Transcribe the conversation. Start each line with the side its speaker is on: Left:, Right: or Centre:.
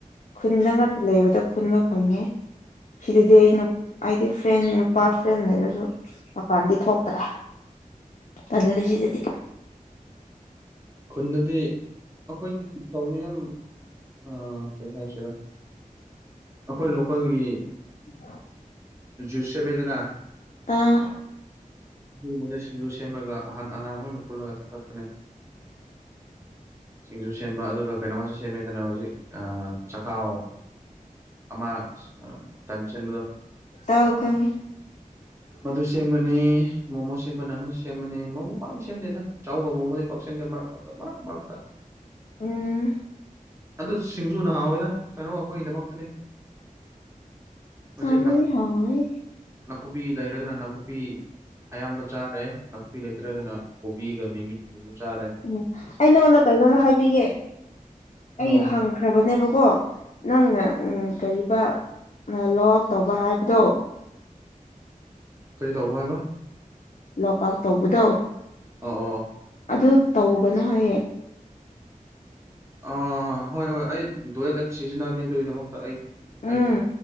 Left: ꯈꯨꯟꯗ ꯉꯥꯛꯇ ꯂꯩꯕꯗ ꯄꯨꯟꯕ ꯐꯪꯉꯤ ꯁꯤꯗꯗꯤ ꯑꯩꯅ ꯑꯩꯗꯤ ꯐ꯭ꯔꯦꯟ ꯅꯨꯄꯥ ꯐ꯭ꯔꯦꯟ ꯂꯩꯔꯁꯨ ꯃꯄꯜꯗꯤ ꯊꯣꯛꯇ꯭ꯔꯦ ꯇꯜꯂꯤ ꯁꯤꯗꯗꯤ
Right: ꯈꯨꯟꯗꯗꯤ ꯑꯩꯈꯣꯏꯗꯤ ꯀꯩꯅꯣ ꯇꯧꯕꯅꯤ ꯌꯥꯝ ꯑꯥ ꯀꯔꯤ ꯍꯥꯏꯁꯤꯔ ꯑꯩꯈꯣꯏ ꯂꯣꯀꯜꯒꯤ
Left: <inaudible>
Right: ꯖꯨꯁ ꯁꯦꯝꯃꯦꯗꯅ
Left: ꯑꯥ
Right: ꯎ ꯃ <unintelligible> ꯁꯤꯡꯖꯨ ꯁꯦꯝꯃꯒ ꯑꯍꯟ ꯑꯉꯥꯡ ꯂꯣꯏ ꯑꯣꯏꯅ ꯄꯨꯜꯂꯒ ꯊꯥꯛꯄꯅꯦ ꯁꯤꯡꯖꯨ ꯁꯦꯝꯕ ꯑꯗꯨꯒ ꯀꯩꯅꯣꯁꯨ ꯁꯦꯝꯃꯦꯗꯅ ꯍꯧꯖꯤꯛ ꯑꯥ ꯆꯥꯍꯥꯎ ꯑꯃ ꯑꯥ ꯇꯟꯁꯤꯟꯕꯗꯨ
Left: ꯑꯥꯎ ꯈꯪꯉꯤ
Right: ꯃꯗꯨ ꯁꯦꯝꯒꯅꯤ ꯃꯣꯃꯣ ꯁꯦꯝꯃ ꯅꯪꯉꯗꯤ ꯁꯦꯝꯃꯅꯤ ꯃꯣꯃꯣ ꯄꯥꯛꯅ ꯁꯦꯝꯗꯦꯗ ꯆꯥꯎꯒ ꯃꯣꯃꯣꯗꯤ ꯄꯥꯛ ꯁꯦꯝꯗꯦ ꯃꯔꯛ ꯃꯔꯛꯇ ꯃꯔꯛ ꯃꯔꯛꯇ
Left: ꯎꯝ
Right: ꯑꯗꯨ ꯁꯤꯡꯖꯨꯅ ꯍꯥꯎꯋꯦꯗ ꯀꯩꯅꯣ ꯑꯩꯈꯣꯏꯒꯤꯗꯃꯛꯇꯗꯤ ꯍꯧꯖꯤꯛ
Left: ꯍꯥꯎꯕꯗꯤ ꯍꯥꯎꯋꯦ
Right: ꯅꯥꯀꯨꯞꯄꯤ ꯂꯩꯔꯒꯅ ꯅꯥꯀꯨꯞꯄꯤ ꯑꯌꯥꯝꯕ ꯆꯥꯔꯦ ꯅꯥꯀꯨꯞꯄꯤ ꯂꯩꯇ꯭ꯔꯒꯅ ꯀꯣꯕꯤꯒ ꯃꯤꯃꯤ ꯆꯥꯔꯦ
Left: ꯑꯣ ꯑꯩ ꯅꯉꯣꯟꯗ ꯀꯩꯅꯣꯝꯃ ꯍꯥꯏꯕꯤꯒꯦ ꯑꯩ
Right: ꯑꯣ
Left: ꯍꯪꯉ ꯐꯈ꯭ꯔꯕꯅꯦꯕꯀꯣ ꯅꯪꯅ ꯎꯝ ꯀꯔꯤꯕ ꯂꯣꯛꯋꯥꯛ ꯇꯧꯕ ꯍꯥꯏꯕꯗꯣ
Right: ꯀꯔꯤ ꯇꯧꯕ ꯍꯥꯏꯕ
Left: ꯂꯣꯛ ꯑꯥꯎꯠ ꯇꯧꯕꯗꯣ
Right: ꯑꯣ ꯑꯣ
Left: ꯑꯗꯨ ꯇꯧꯒꯅꯨ ꯍꯥꯏꯌꯦ
Right: ꯑꯥ ꯍꯣꯏ ꯍꯣꯏ ꯑꯩ ꯗꯨꯋꯦꯜ ꯑꯦꯞ ꯁꯤꯖꯤꯟꯅꯕꯅꯦ ꯑꯗꯨꯒꯤꯗꯃꯛꯇ ꯑꯩ
Left: ꯎꯝ
Right: ꯑꯩ